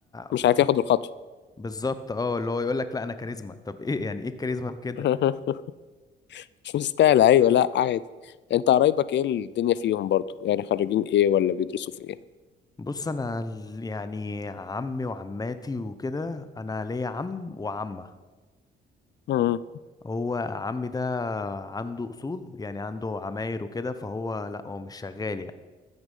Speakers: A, on the left; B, on the left.
A: مش
B: فاكر
A: عارف ياخد الخطوة
B: بالظبط اه اللي هو يقول لك لا انا كاريزما طب ايه يعني ايه الكاريزما في كده
A: <laughs> مش مستاهل ايوه لا عادي انت قرايبك ايه الدنيا فيهم برضو يعني خريجين ايه ولا بيدرسوا في ايه
B: بص انا ال- يعني عمي وعماتي وكده انا ليا عم وعمه
A: مم.
B: هو عمي ده عنده اصول يعني عنده عماير وكده فهو لا هو مش شغال يعني